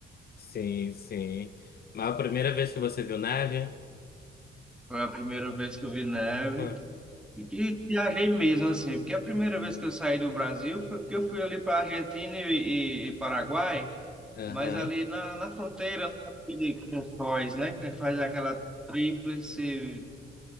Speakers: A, on the left; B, in the centre.
A: Sim, sim. Mas a primeira vez que você viu neve?
B: Foi a primeira vez que eu vi neve.
A: Foi.
B: E que viajei mesmo, assim, porque a primeira vez que eu saí do Brasil foi porque eu fui ali para Argentina e, e- e Paraguai,
A: Aham.
B: mas ali na, na fronteira, né, de- com Foz, né? Que faz aquela tríplice